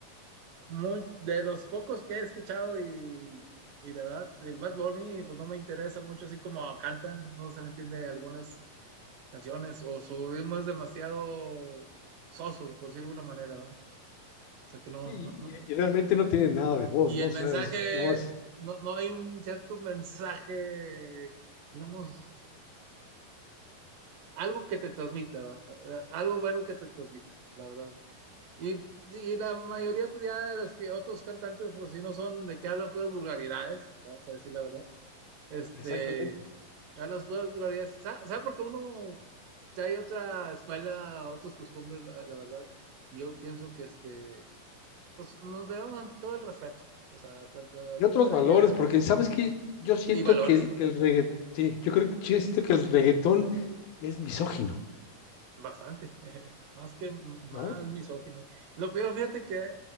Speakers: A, on the right; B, on the left.
A: muy, de los pocos que he escuchado y, y de verdad, el Bad Bunny, pues no me interesa mucho, así como canta, no se le entiende algunas canciones, o su ritmo es demasiado soso, por decirlo de alguna manera, ¿va? O sea que no,
B: Y,
A: no, no,
B: y- y realmente
A: n-
B: no tiene nada de voz,
A: y
B: ¿no?
A: el
B: O
A: mensaje,
B: sea, es nada más,
A: no, no hay un cierto mensaje, digamos, algo que te transmita, ¿va? eh, algo bueno que te transmita, la verdad. Y, y, la mayoría, pues ya de los que otros cantantes, pues si no son de que hablan puras vulgaridades, vamos a decir la verdad. Este,
B: exactamente.
A: ya las puras vulgaridades, ¿sabes? ¿Sabe? Porque uno, ya hay otra escuela, otras costumbres, la, la, verdad. Y yo pienso que, este, pues nos debemos todo el respeto, o sea, tanto de aquí
B: Y otros
A: para
B: valores,
A: allá
B: porque sabes que
A: y,
B: yo siento
A: y valores,
B: que el,
A: exactamente.
B: que el reggaetón, sí, yo creo que yo siento que el reggaetón es misógino,
A: Bastante, <laughs> más que más
B: ¿no?
A: misógino. Lo peor, fíjate que,